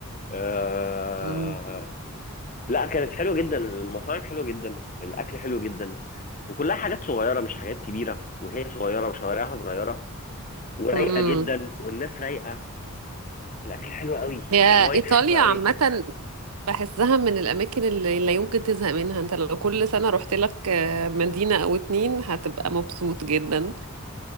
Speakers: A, on the left (about 35°); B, on the right (about 85°).
A: آه
B: امم
A: لا كانت حلوه جدا المطاعم حلوه جدا الاكل حلو جدا وكلها حاجات صغيره مش حاجات كبيره وهي صغيره وشوارعها صغيره ورايقه
B: أمم.
A: جدا والناس رايقه الاكل حلو قوي
B: هي
A: الواين
B: ايطاليا
A: حلو قوي
B: عامة بحسها من الاماكن اللي لا يمكن تزهق منها انت لو كل سنة رحت لك آه، مدينة او اتنين هتبقى مبسوط جدا